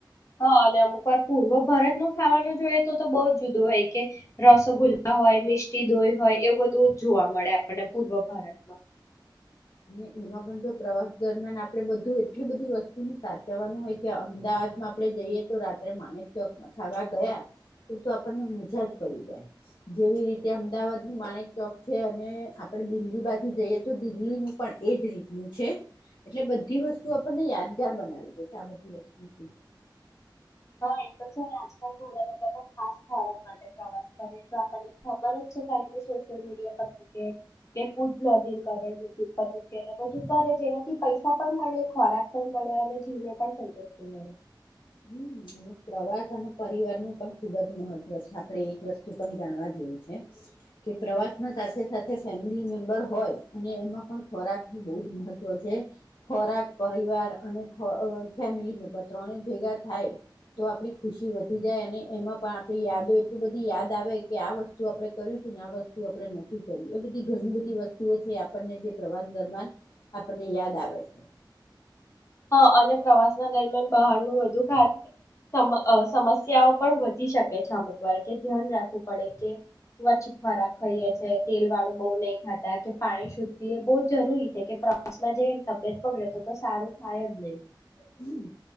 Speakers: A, on the left (about 40°); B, on the left (about 65°).
A: હા અને અમુક વાર પૂર્વ ભારતનું ખાવાનું જોઈએ તો તો બઉ જ જુદું હોય કે રસગુલ્લા હોય મિસ્ટી દોહી હોય એ બધું જ જોવા મળે આપણને પૂર્વ ભારતમાં
B: અને એમાં પણ જો પ્રવાસ દરમિયાન આપડે બધું એટલી બધી વસ્તુનું સાચવવાનું હોય કે અમદાવાદમાં આપણે જઈએ તો રાત્રે માણેક ચોકમાં ખાવા ગયા તો તો આપણને મજા જ પડી જાય. જેવી રીતે અમદાવાદ નું માણેક ચોક છે અને આપણે દિલ્હી બાજુ જઈએ તો દિલ્હી પણ એજ રીતનું છે. એટલે બધી વસ્તુ આપણને યાદગાર બનાવી દે છે આ બધી વસ્તુથી.
A: હા, એ તો છેને આજકાલ <inaudible> ખાસ ખોરાક માટે પ્રવાસ કરે તો આપણને ખબર જ છે કારણ કે સોશિયલ મીડિયા પર મૂકે કે ફૂડ બ્લોગિંગ કરે યુટ્યુબ પર મૂકે બધું કરે જેનાથી પૈસા પણ મળે, ખોરાક પણ મળે અને જીવને પણ સંતુષ્ટિ મળે.
B: હમ્મ અને પ્રવાસ અને પરિવાર નું પણ ખુબજ મહત્વ છે. આપણેે એક વસ્તુ પણ જાણવા જેવું છે કે પ્રવાસમાં સાથે સાથે ફેમિલી મેમ્બર હોય અને એમાં પણ ખોરાક ન બહ જ મહત્વ છે. ખોરાક પરિવાર અને અહ ફેમિલી મેમ્બર ત્રણે ભેગા થાય તો આપડી ખુશી વધી જાય અને એમાં પણ આપણી યાદો એટલી બધી યાદ આવે કે આ વસ્તુ આપણે કર્યું હતું ને આ વસ્તુ આપણે નતું કર્યું. એ બધી ઘણી બધી વસ્તુઓ છે આપણને જે પ્રવાસ દરમિયાન આપણને યાદ આવે છે.
A: હા અને પ્રવાસ ના દરમિયાન બહારનું વધુ ખા <inaudible> સમ અહ સમસ્યાઓ પણ વધી શકે છે અમુક વારે એ ધ્યાન રાખવું પડે કે સ્વચ્છ ખોરાક ખાઈએ છે, તેલ વાળું બહુ નહીં ખાતા કે પાણી શુદધ પીએ બહુ જરૂરી છે કે પ્રવાસમાં જે તબિયત બગડે તો તો સારું થાય અજ નહી.
B: હમ્મ